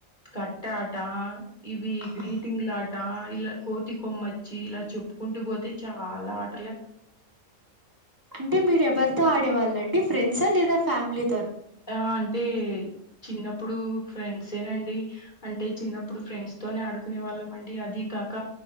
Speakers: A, on the left; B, on the right.
A: కట్టా ఆట ఇవి గ్రీటింగ్
B: ఆ,
A: లాట ఇలా కోతి కొమ్మచ్చి ఇలా చెప్పుకుంటూ పోతే చాలా ఆట
B: అంటే మీరు ఎవరితో ఆడేవాళ్ళండి ఫ్రెండ్సా లేదా ఫ్యామిలీ
A: ఆ అంటే చిన్నప్పుడు ఫ్రెండ్సేనండి అంటే చిన్నప్పుడు ఫ్రెండ్స్ తోనే ఆడుకునే వాళ్ళం అండి అది కాక